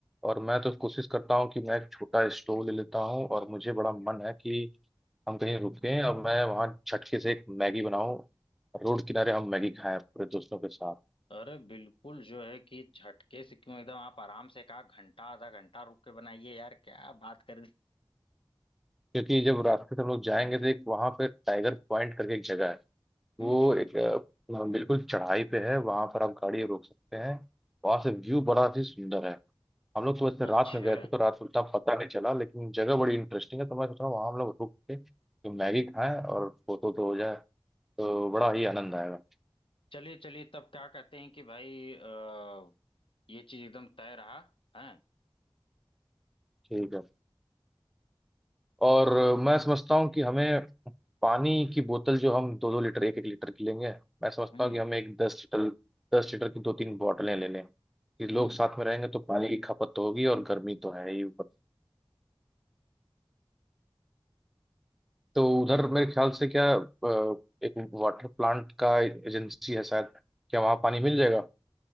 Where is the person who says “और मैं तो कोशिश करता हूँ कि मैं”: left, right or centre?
Centre